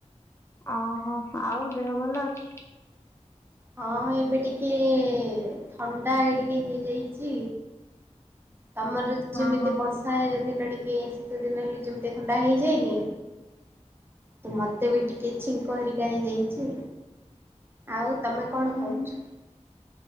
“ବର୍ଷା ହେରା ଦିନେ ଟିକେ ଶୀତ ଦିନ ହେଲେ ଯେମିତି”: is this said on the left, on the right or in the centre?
Right